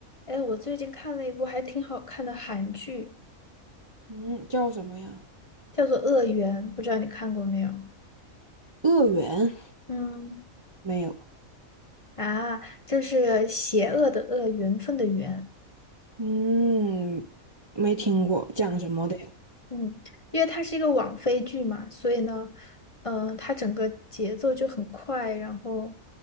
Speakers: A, on the left; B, on the right.
A: 哎，我最近看了一部还挺好看的韩剧，
B: 嗯，叫什么呀？
A: 叫做《恶缘》，不知道你看过没有？
B: 恶缘
A: 嗯，
B: 没有，
A: 啊，就是邪恶的恶，缘分的缘。
B: 嗯，没听过，讲什么的呀？
A: 嗯，因为它是一个网飞剧嘛，所以呢，嗯、它整个节奏就很快，然后，